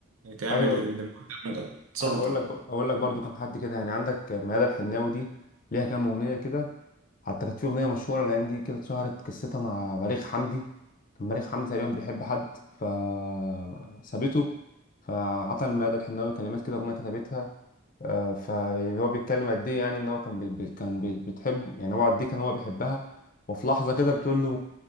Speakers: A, on the right (about 85°); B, on the left (about 40°).
A: بتعمل
B: أيوه
A: المحكم ده تسلطن
B: أنا أقول لك بقى أقول لك برضو كام حد كده يعني عندك ميادة الحناوي دي ليها كام أغنية كده حتى كانت في أغنية مشهورة الأيام دي كده اتشهرت قصتها مع بليغ حمدي كان بليغ حمدي تقريبا بيحب حد فسابته فعطى المدى الحناوي كلمات كده أغنية كتبتها آه، فهو بيتكلم قد إيه يعني إن هو كان بي بي- كان بي بتحبه يعني هو قد إيه كان هو بيحبها وفي لحظة كده بتقول له